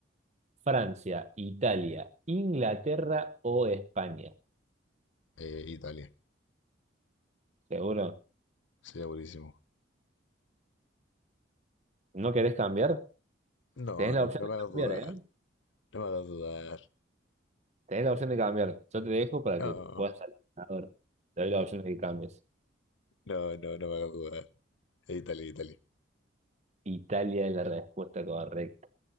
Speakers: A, on the right (about 35°); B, on the left (about 85°).
A: Francia, Italia, Inglaterra o España.
B: Eh, Italia.
A: ¿Seguro?
B: Sería buenísimo.
A: ¿No querés cambiar?
B: No,
A: Tenés la
B: no,
A: opción
B: no me
A: de
B: hagas
A: cambiar,
B: dudar.
A: ¿eh?
B: No me hagas dudar.
A: Tenés la opción de cambiar. Yo te dejo para
B: No,
A: que puedas salir. ganador. Te doy la opción de que cambies.
B: no, no, no me hagas dudar. Eh, Italia, Italia.
A: Italia es la respuesta correcta.